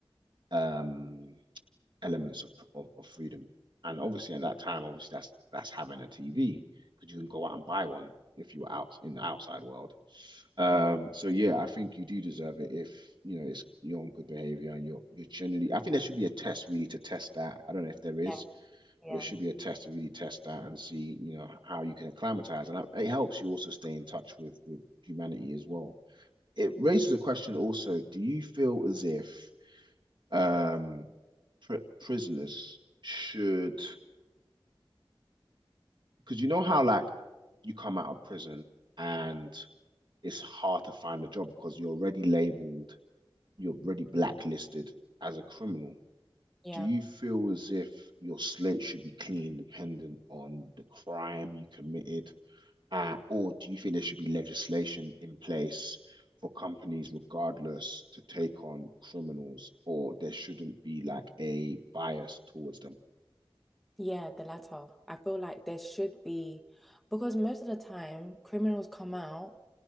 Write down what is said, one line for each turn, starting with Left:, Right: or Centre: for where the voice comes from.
Right: um, elements of, of of freedom. And obviously, at that time, obviously that's that's having a TV because you can go out and buy one if you're out in the outside world. Um,
Centre: Mhm.
Right: so yeah, I think you do deserve it if you know it's you're on good behavior and you're you're genuinely. I think there should be a test really to test that. I don't know if there is,
Centre: Yeah, yeah,
Right: but there should be a test to really test that and see you know how you can acclimatize. And it helps you also stay in touch with with humanity as well. It raises a question also: Do you feel as if um pr prisoners should? Because you know how like you come out of prison and it's hard to find a job because you're already labeled you're already blacklisted as a criminal.
Centre: yeah.
Right: Do you feel as if your slate should be clean, dependent on the crime you committed, uh, or do you think there should be legislation in place for companies, regardless, to take on criminals, or there shouldn't be like a bias towards them?
Centre: Yeah, the latter. I feel like there should be, because most of the time, criminals come out,